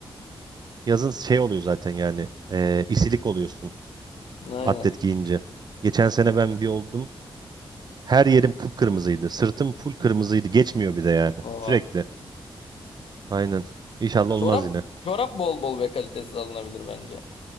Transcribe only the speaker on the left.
Aynen.
O
Çorap
çorap bol bol ve kalitesiz alınabilir bence.